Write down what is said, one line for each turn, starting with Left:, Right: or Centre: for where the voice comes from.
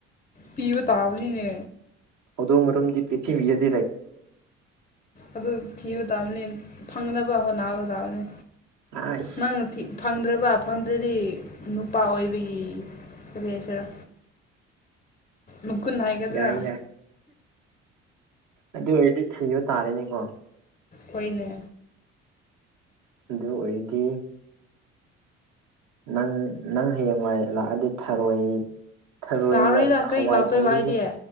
Left: ꯄꯤꯕ ꯇꯥꯕꯅꯤꯅꯦ
Right: ꯑꯗꯣ ꯃꯔꯝꯗꯤ ꯄ꯭ꯔꯤꯊꯤꯕꯤꯗꯤ
Left: ꯑꯗꯨ ꯊꯕ ꯇ ꯑꯃꯅꯤꯅꯤ ꯐꯪꯅ ꯄ ꯅꯥꯅꯦ
Right: ꯑꯥꯏꯁ
Left: ꯅꯪꯅ ꯐꯪꯗ꯭ꯔꯦꯕ ꯐꯪꯗ꯭ꯔꯗꯤ ꯅꯨꯄꯥ ꯑꯣꯏꯕꯒꯤ ꯀꯔꯤ ꯍꯥꯏꯁꯤꯔꯥ ꯃꯀꯨꯟ ꯍꯥꯏꯒꯗ꯭ꯔꯥ
Right: ꯌꯥꯏ ꯌꯥꯏ ꯑꯗꯨ ꯑꯣꯏꯔꯗꯤ ꯊꯤꯕ ꯇꯥꯔꯦꯅꯦꯀꯣ
Left: ꯍꯅ
Right: ꯑꯗꯨ ꯑꯣꯏꯔꯗꯤ ꯅꯪ ꯅꯪ ꯍꯌꯦꯡꯋꯥꯏ ꯂꯥꯛꯑꯗꯤ ꯊꯔꯣꯏ ꯊꯔꯣꯏꯒ
Left: ꯂꯥꯛꯔꯣꯏꯗ ꯀꯔꯤꯒꯤ
Right: ꯍꯋꯥꯏ
Left: ꯂꯥꯛꯇꯣꯏꯕ
Right: ꯊꯣꯡꯕꯤꯒꯦ
Left: ꯑꯩꯗꯤ